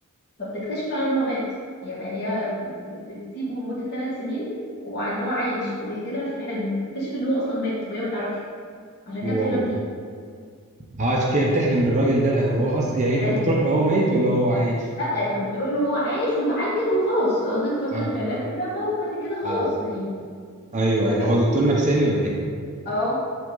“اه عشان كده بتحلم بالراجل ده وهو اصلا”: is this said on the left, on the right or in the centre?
Right